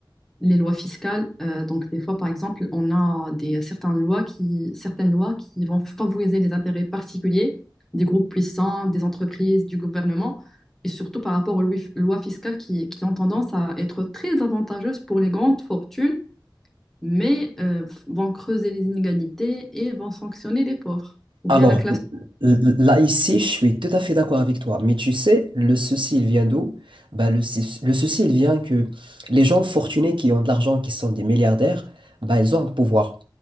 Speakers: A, in the centre; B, on the right.
A: les lois fiscales. euh, donc, des fois, par exemple, on a des, certaines lois qui, certaines lois qui vont favoriser les intérêts particuliers des groupes puissants, des entreprises, du gouvernement, et surtout par rapport aux lois lois fiscales qui, qui ont tendance à être très avantageuses pour les grandes fortunes, mais euh, vont creuser les inégalités et vont sanctionner les pauvres, ou
B: Alors,
A: bien la classe.
B: l- là, ici, je suis tout à fait d'accord avec toi. Mais tu sais, le souci, il vient d'où? Bah, le, sou- le souci, il vient que les gens fortunés qui ont de l'argent, qui sont des milliardaires, bah, ils ont un pouvoir.